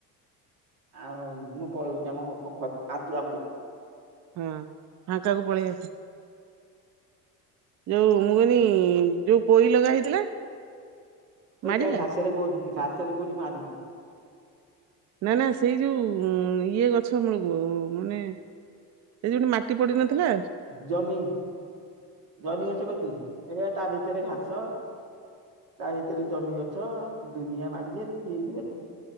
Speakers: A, on the right (about 75°); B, on the right (about 40°).
A: ଆଉ ମୁଁ ପଳଉଛି ଆମ ଖ ଖ ଆତିଆ ମୂଳକୁ।
B: ହଁ ଫାଙ୍କା କୁ ପଳେଇ ଆସ। ଯୋଉ ମୁଁ କହନି ଯୋଉ ପୋଇ ଲଗା ହେଇଥିଲା। ମାଡିଲା?
A: ଏଇ ତା ଘାସରେ କୋଉଠି ଘାସରେ କୋଉଠି ମାଡୂଛି।
B: ନା ନା ସେଇ ଯୋଉ ଉଁ ଇଏ ଗଛ ମମୂଳ ମାନେ ଏଇ ଯୋଉଠି ମାଟି ପଡିନଥିଲା
A: ଜହ୍ନି ଜହ୍ନି ଗଛ କତିକି ହେଗ ତା ଭିତରେ ଘାସ। ତା ଭିତରେ ଜହ୍ନୀ ଗଛ ଦୁନିଆ ମାଡିଚି ହେଟି କିଏ ଯିବ ଲୋ।